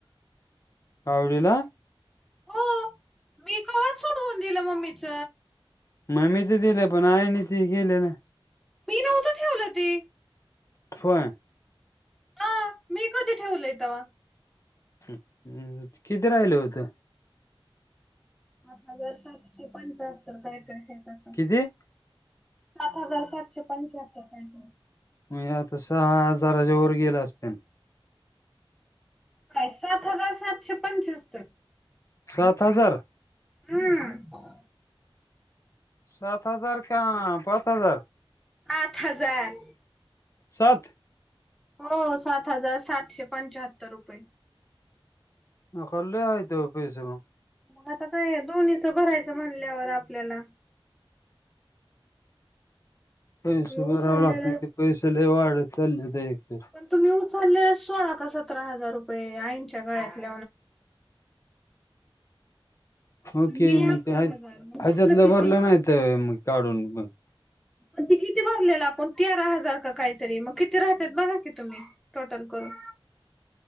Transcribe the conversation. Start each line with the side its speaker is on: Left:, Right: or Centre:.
Left: कावडीला
Centre: हो मी का सोडवून दिलं मम्मीच
Left: मम्मीच दिलंय पण आईने ते केलेलं
Centre: मी नव्हतं ठेवलं ते
Left: होय
Centre: हा मी कधी ठेवलंय तवा
Left: हम्म किती राहिल होते
Centre: सात हजार सातशे पंचाहत्तर काहीतरी अस
Left: कितीे
Centre: सात हजार सातशे पंच्याहत्तर काहीतरी
Left: म्हणजे आता सहा हजाराच्या वर गेल असतील.
Centre: काय सात हजार सातशे पंच्याहत्तर
Left: सात हजार
Centre: हम्म
Left: सात हजार का पाच हजार
Centre: आठ हजार
Left: सात
Centre: हो सात हजार सातशे पंचाहत्तर रुपये
Left: खले आयत उपस म.
Centre: मग आता काय आहे दोन्हीचं भरायचं म्हणल्यावर आपल्याला
Left: पैसे
Centre: बऊ
Left: भरावे
Centre: चालले
Left: लागते
Centre: व.
Left: ते पैसे लई वाढत चाललेत एक
Centre: पण तुम्ही उचललेल सोळा का सतरा हजार रुपये आईनच्या गळ्यातल
Left: हो ओके
Centre: मी
Left: मग
Centre: अकरा
Left: ह हयाच्यातलं
Centre: हजार मग झालं किती?
Left: भरलं नाहीत व्हय काढून मग
Centre: पण ते किती भरलेलं आपण तेरा हजार का काहीतरी मग किती राहत्यात बघा की तुम्ही टोटल करून